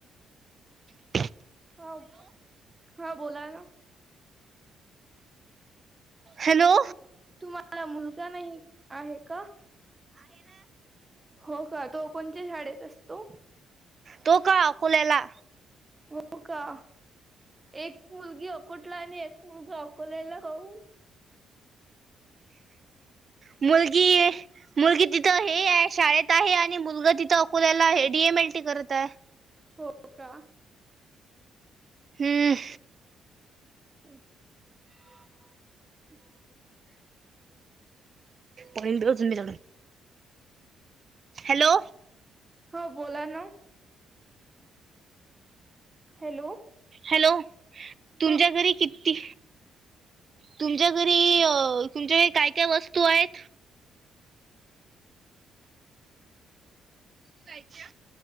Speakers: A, on the right (about 40°); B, on the right (about 20°).
A: <unintelligible>
B: हो ब. हा बोला ना.
A: हॅलो.
B: तुम्हाला मुलगा नाही आहे का? आहे ना. हो का? तो कोणती शाळेत असतो?
A: तो का? अकोल्याला.
B: हो का? एक मुलगी अकुटला आणि एक मुलगा अकोल्या ला काऊन?
A: मुलगी- मुलगी तिथं हे आहे शाळेत आहे. आणि मुलगा तिथं अकोल्याला हे डी एम एल टी करत आहे.
B: हो का?
A: हं.
B: ह,
A: पऽ हॅलो.
B: हो, बोला नं. Hello
A: hello. तुमच्या
B: ह
A: घरी किती? तुमच्या घरी तुमच्याकरी काय काय वस्तू आहेत? कायच्या?